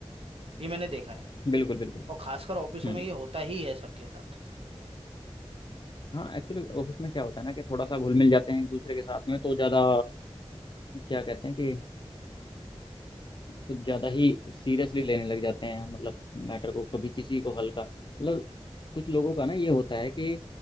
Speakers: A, on the right; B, on the left.
A: ये मैंने देखा है
B: बिल्कुल बिल्कुल
A: और खासकर ऑफिसों
B: हम्म
A: में ये होता ही है सबके साथ
B: हाँ एक्चुअली ऑफिस में क्या होता है ना कि थोड़ा सा घुल मिल जाते हैं एक दूसरे के साथ में तो ज़्यादा क्या कहते हैं कि कुछ ज़्यादा ही सीरियसली लेने लग जाते हैं मतलब मैटर को कभी किसी को हल्का मतलब कुछ लोगों का ना ये होता है कि